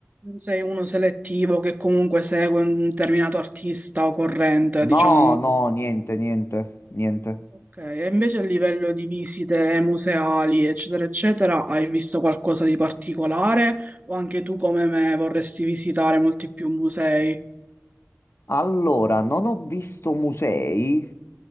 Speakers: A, on the right (about 30°); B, on the left (about 55°).
A: Non sei uno selettivo che comunque segue un determinato artista o corrente, diciamo.
B: No, no, niente, niente, niente.
A: Ok, e invece a livello di visite museali, eccetera, eccetera, hai visto qualcosa di particolare o anche tu come me vorresti visitare molti più musei?
B: Allora, non ho visto musei,